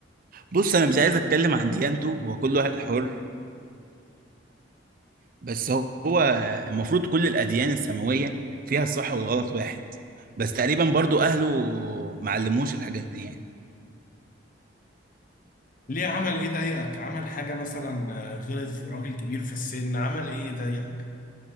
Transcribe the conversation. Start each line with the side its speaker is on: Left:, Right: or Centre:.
Right: بص انا مش عايز اتكلم عن ديانته هو كل واحد حر بس هو المفروض كل الأديان السماوية فيها الصح والغلط واحد بس تقريبا برضو أهله ما علموش الحاجات دي يعني
Left: ليه عمل ايه ضايقك عمل حاجه مثلا آه، غلط في راجل كبير في السن عمل ايه ضايقك